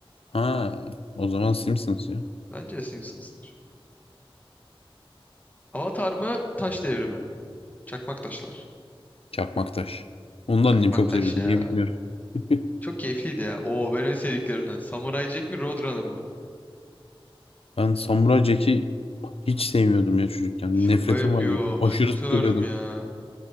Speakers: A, on the left; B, on the left.
A: Ha, o zaman Simpsons ya.
B: Bence de Simpsons'tır. Avatar mı? Taş devrimi. Çakmak taşlar.
A: Çakmaktaş. Onu
B: Çakmak
A: da annem çok
B: taş
A: seviyordu.
B: ya.
A: Niye bilmiyorum. <laughs>
B: Çok keyifliydi ya. Oo benim en sevdiklerimden. Samurai Jack mi Roadrunner mı?
A: Ben Samuray Jack'i hiç sevmiyordum ya çocukken.
B: Şaka
A: Bir nefretim
B: yapıyor.
A: vardı. Aşırı
B: Ben çok
A: sıkılıyordum.
B: severdim ya.